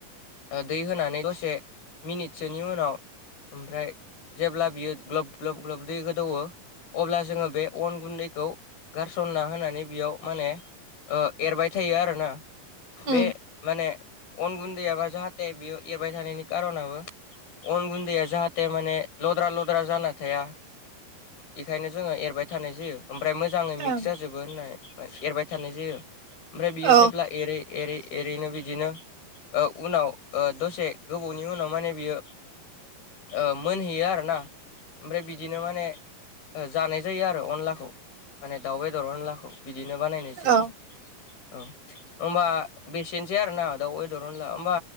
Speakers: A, on the left; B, on the right.
A: दै होनानै दसे मिनिटसोनि उनाव ओमफ्राय जेब्ला बियो ग्लब ग्लब ग्लब दै गोदौओ अब्ला जोङो बे अन गुन्दैखौ गारसनना होनानै बेयाव माने ओ एरबाय थायो आरोना
B: उम
A: बे माने अन गुन्दैयाबा जाहाथे बियो एरबाय थानायनि कार'नाबो अन गुन्दैया जाहाथे माने लद्रा लद्रा जाना हथाया बेखायनो जोङो एरबाय थानाय जायो ओमफ्राय मोजाङै
B: औ
A: मिक्स जाजोबो होननाय एरबाय थानाय जायो ओमफ्राय बियो
B: औ
A: जेब्ला एरै एरै एरैनो बिदिनो <unintelligible> ओ उनाव दसे गोबावनि उनाव माने बियो ओ मोनहैयो आरो ना ओमफ्राय बिदिनो माने जानाय जायो आरो अनलाखौ माने दाउ बेदर अनलाखौ बिदिनो बानायनाय जायो
B: औ
A: औ होनबा बेसे थेनसै आरो ना दाउदरन ला होमबा